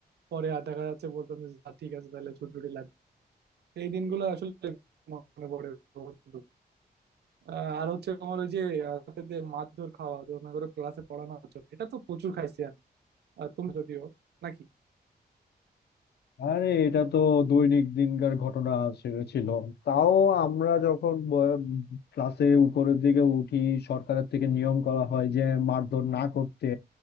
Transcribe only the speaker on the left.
আরে এটা তো দৈনিক দিনকার ঘটনা ছে- ছিল তাও আমরা যখন ব- ক্লাসে উপরের দিকে উঠি সরকারের থেকে নিয়ম করা হয় যে মারধর না করতে